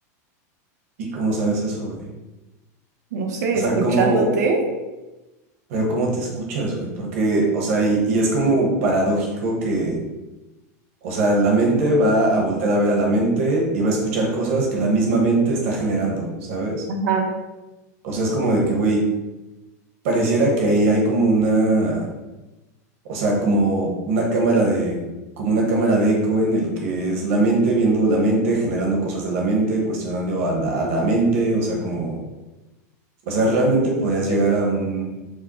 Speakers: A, on the right; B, on the right.
A: ¿Y cómo sabes eso, güey?
B: No sé,
A: O
B: escuchándote.
A: sea, ¿cómo, pero cómo te escuchas, güey? Porque, o sea, y, y es como paradójico que, o sea, la mente va a voltear a ver a la mente y va a escuchar cosas que la misma mente está generando, ¿sabes?
B: Ajá.
A: O sea, es como de que, güey, Pareciera que ahí hay como una, o sea, como una cámara de, como una cámara de eco en el que es la mente viendo la mente, generando cosas de la mente, cuestionando a la, a la mente, o sea, como, o sea, realmente podrías llegar a un,